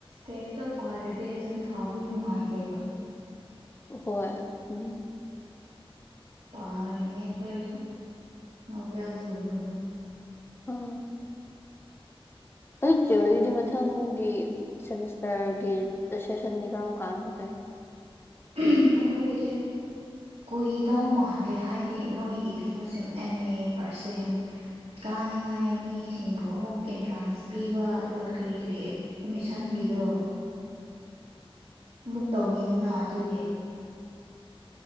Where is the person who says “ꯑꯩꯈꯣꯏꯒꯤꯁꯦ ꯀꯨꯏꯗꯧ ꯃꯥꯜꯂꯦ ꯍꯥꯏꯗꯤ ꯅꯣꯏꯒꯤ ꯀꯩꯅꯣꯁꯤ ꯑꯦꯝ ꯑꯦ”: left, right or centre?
Right